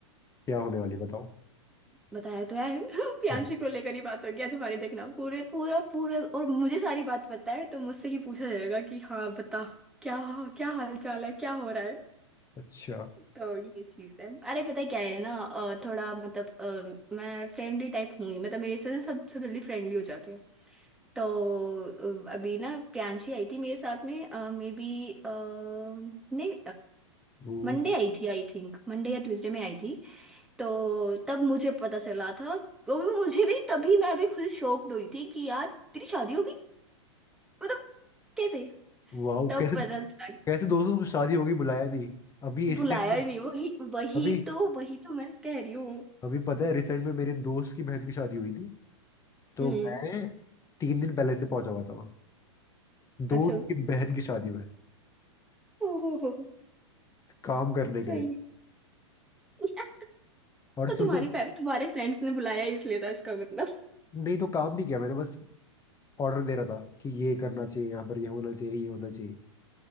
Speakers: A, on the left; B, in the centre.
A: क्या होने वाली है, बताओ
B: बताया तो है <laughs> प्रियांशी
A: <laughs>
B: को लेकर ही बात होगी आज हमारी देखना पूरे पूरा पूरे और मुझे सारी बात पता है तो मुझसे ही पूछा जाएगा कि हाँ बता क्या क्या हाल चाल है क्या हो रहा है
A: अच्छा
B: तो ये चीज है अरे पता है क्या है ना अ, थोड़ा मतलब अ, मैं फ्रेंडली टाइप हूँ ही मतलब मेरे से ना सब सब जल्दी फ्रेंडली हो जाते हैं तो अ, अभी ना प्रियांशी आई थी मेरे साथ में मे बी नहीं
A: वो
B: मंडे आई थी आई थिंक मंडे या ट्यूसडे में आई थी तो तब मुझे पता चला था और वो मुझे भी तभी मैं भी खुद शॉक्ड हुई थी कि यार तेरी शादी होगी मतलब कैसे
A: वाह
B: तब
A: कैसे
B: पता चला कि
A: कैसे दोस्तों तुम शादी हो गई बुलाया नहीं अभी रिसेंट
B: बुलाया
A: में
B: ही नहीं वही वही
A: अभी
B: तो वही तो मैं कह रही हूँ
A: अभी पता है रिसेंट में मेरे दोस्त की बहन की शादी हुई थी तो
B: हम्म
A: मैं तीन दिन पहले से पहुंचा हुआ था वहाँ
B: अच्छा
A: दोस्त की बहन की शादी में
B: ओहो हो हो,
A: काम करने के
B: सही
A: लिए
B: है। <laughs>
A: और
B: तो
A: सोचो
B: तुम्हारी फै- तुम्हारे फ्रेंड्स ने बुलाया ही इसलिए था इसका मतलब
A: नहीं तो काम नहीं किया मैंने बस ऑर्डर दे रहा था कि ये करना चाहिए यहाँ पर ये होना चाहिए ये होना चाहिए